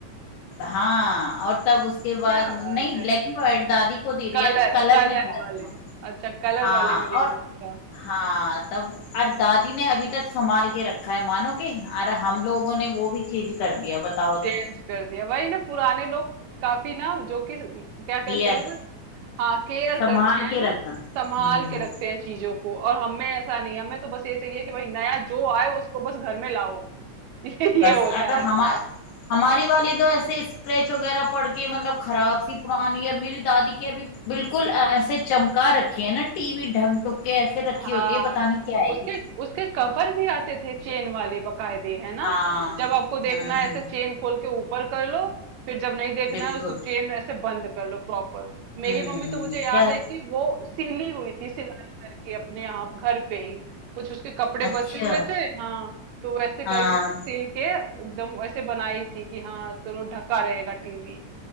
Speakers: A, on the left (about 80°); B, on the right (about 80°).
A: हाँ और तब उसके बाद
B: क्या
A: नहीं
B: बात है
A: ब्लैक एंड व्हाइट दादी को दे दिया
B: कलर
A: तो कलर
B: कलर
A: में था वो।
B: वाले अच्छा कलर
A: हाँ
B: वाले में रिमोट
A: और
B: था
A: हाँ तब और दादी ने अभी तक संभाल के रखा है मानोगे और हम लोगों ने वो भी चेंज कर दिया बताओ
B: चेंज
A: तो
B: कर दिया वही ना पुराने लोग काफी ना जो कि क्या कहते
A: केयर
B: हैं हाँ केयर
A: संभाल
B: करते हैं
A: के
B: ना
A: रखना
B: संभाल
A: हम्म
B: के रखते हैं चीजों को और हमें ऐसा नहीं हमें तो बस ये चाहिए कि भाई नया जो आए उसको बस घर में लाओ <laughs> ये ये
A: बस
B: होता
A: अरे
B: है
A: हमा
B: हमारा
A: हमारी वाली तो ऐसे स्क्रैच वगैरह पड़ के मतलब खराब सी पुरानी और मेरी दादी की अभी बिल्कुल ऐसे चमका रखी है ना टीवी ढक ढुक के ऐसे रखी
B: हाँ
A: होती है पता नहीं क्या है ये
B: उसके उसके कवर भी आते थे चेन वाले बकायदे है ना
A: हाँ हम्म
B: जब आपको देखना है
A: हम्म
B: ऐसे चेन खोल के ऊपर कर लो फिर जब नहीं देखना
A: बिल्कुल
B: है उसको चेन ऐसे बंद कर लो प्रॉपर मेरी
A: हम्म
B: मम्मी तो मुझे याद
A: क्या
B: है कि वो सीली हुई थी सिलाई करके अपने यहाँ घर पे ही कुछ उसके कपड़े
A: अच्छा
B: बचे हुए थे हाँ तो वैसे
A: हाँ
B: करके वो सिल के एकदम वैसे बनाई थी कि हाँ चलो ढका रहेगा टीवी